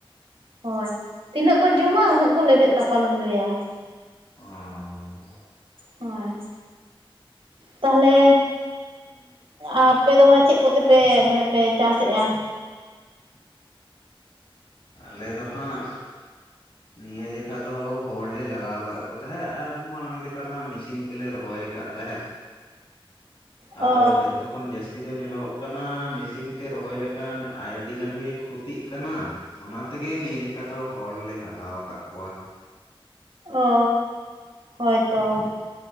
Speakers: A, on the right; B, on the left.
A: ᱦᱳᱭ ᱛᱤᱱᱟᱹᱜ ᱠᱚ ᱡᱚᱢᱟ ᱩᱱᱟᱹᱜ ᱠᱚ ᱞᱮᱵᱮᱫ ᱞᱟᱯᱟᱞ ᱞᱩᱰᱟᱹᱭᱟ ᱾
B: ᱚᱸᱻ
A: ᱦᱳᱭ ᱛᱟᱦᱚᱞᱮ ᱟᱯᱮ ᱫᱚ ᱢᱟᱱᱮ ᱪᱮᱫ ᱠᱚᱛᱮ ᱯᱮ ᱢᱟᱱᱮ ᱯᱮ ᱪᱟᱥᱮᱜ-ᱟ᱾
B: ᱟᱞᱮ ᱫᱚ ᱦᱟᱸᱜ ᱱᱤᱭᱟᱹ ᱡᱚᱠᱷᱟ ᱫᱚ ᱦᱚᱲ ᱞᱮ ᱞᱟᱜᱟᱣ ᱠᱟᱜ ᱠᱚ ᱛᱟᱦᱮᱸᱫ ᱟᱨ ᱢᱟᱲᱟᱝ ᱡᱚᱠᱷᱟ ᱫᱚ ᱦᱟᱸᱜ ᱢᱮᱥᱤᱱ ᱛᱮᱞᱮ ᱨᱚᱦᱚᱭ ᱠᱟᱫ ᱛᱟᱦᱮᱸᱫ᱾
A: ᱚ
B: ᱟᱫᱚᱭ ᱡᱚᱛᱚ ᱠᱷᱚᱱ ᱡᱟᱹᱥᱛᱤ ᱫᱚ ᱧᱮᱞᱚᱜ ᱠᱟᱱᱟ ᱢᱮᱥᱤᱱ ᱛᱮ ᱨᱚᱦᱚᱭ ᱞᱮᱠᱷᱟᱱ ᱟᱹᱰᱤ ᱜᱟᱱ ᱜᱮ ᱠᱷᱚᱛᱤᱜ ᱠᱟᱱᱟ᱾ ᱚᱱᱟ ᱛᱮᱜᱮ ᱱᱤᱭᱟᱹ ᱡᱚᱠᱷᱟ ᱫᱚ ᱦᱚᱲ ᱞᱮ ᱞᱟᱜᱟᱣ ᱟᱠᱟᱫ ᱠᱚᱣᱟ ᱾
A: ᱚ ᱦᱳᱭ ᱛᱚ ᱾